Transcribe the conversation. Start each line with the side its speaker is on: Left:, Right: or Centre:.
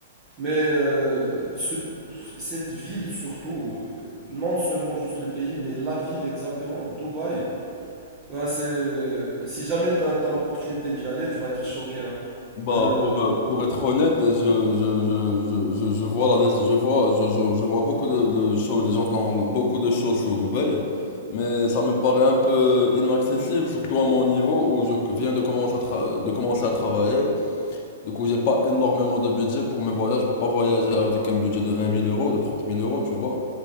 Right: Mais euh, ce- cette ville surtout, euh, non seulement juste le pays, mais la ville exactement, Dubaï, bah, c'est, si jamais t'as, t'as l'opportunité d'y aller, tu vas être choqué, hein.
Left: Bah
Right: Euh,
Left: pour, euh, pour être honnête, je, je, je, je, je, je vois la, je vois, je, je, je vois beaucoup de, de choses, j'entends beaucoup de choses sur Dubaï, mais ça me paraît un peu inaccessible, surtout à mon niveau où je viens de commencer à, tra- de commencer à travailler. Du coup, j'ai pas énormément de budget pour mes voyages, je peux pas voyager avec un budget de vingt mille euros, de trente mille euros, tu vois.